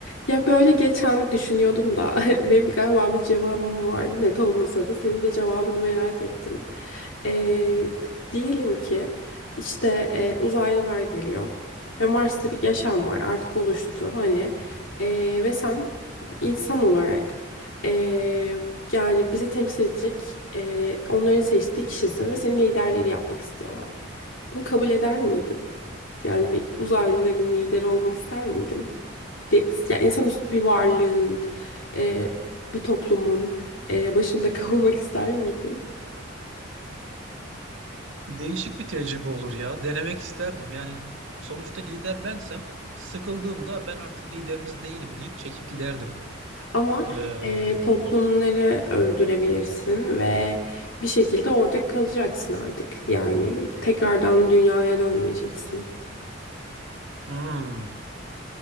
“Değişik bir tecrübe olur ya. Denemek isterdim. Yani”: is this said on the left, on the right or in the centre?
Right